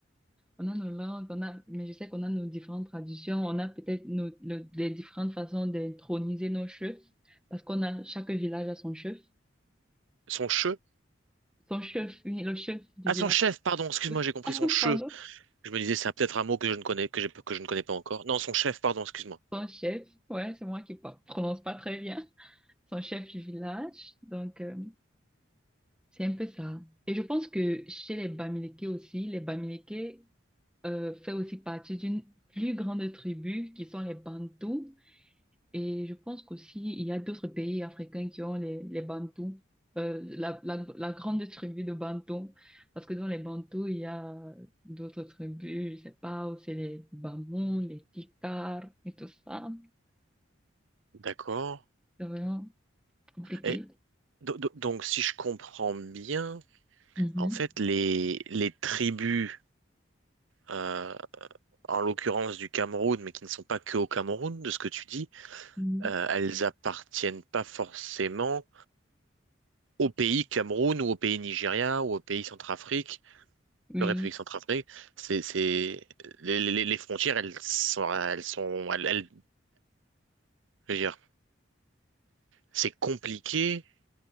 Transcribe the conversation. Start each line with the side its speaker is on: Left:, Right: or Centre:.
Centre: on a nos langues, on a, mais je sais qu'on a nos différentes traditions, on a peut-être nos, le- les différentes façons d'introniser nos chefs, parce qu'on a, chaque village a son chef,
Right: Son che?
Centre: son chef, oui, le chef du
Right: Ah,
Centre: village.
Right: son chef, pardon, excuse-moi,
Centre: <laughs>
Right: j'ai compris
Centre: Ah,
Right: son che.
Centre: Pardon,
Right: Je me disais, c'est peut-être un mot que je ne connais, que j'ai- que je ne connais pas encore. Non, son chef, pardon, excuse-moi.
Centre: son chef, ouais, c'est moi qui pa- prononce pas très bien, son chef du village, donc euh, c'est un peu ça. Et je pense que chez les Bamileke aussi, les Bamileke euh, fait aussi partie d'une plus grande tribu qui sont les Bantous. Et je pense qu'aussi, il y a d'autres pays africains qui ont les, les Bantous, euh, la, la, la grande tribu de Bantous. Parce que dans les Bantous, il y a d'autres tribus, je sais pas, où c'est les Bamouns, les Tikars et tout ça.
Right: D'accord.
Centre: C'est vraiment compliqué.
Right: Et do- do- donc, si je comprends bien,
Centre: Mhm.
Right: en fait, les, les tribus, euh, en l'occurrence du Cameroun, mais qui ne sont pas que au Cameroun, de ce que tu dis,
Centre: Mhm.
Right: euh, elles appartiennent pas forcément au pays Cameroun ou au pays Nigeria ou au pays Centrafrique.
Centre: Oui.
Right: La République centrafricaine, c'est, c'est, les, les- les frontières, elles sont, elles sont, elles, elles- je veux dire, c'est compliqué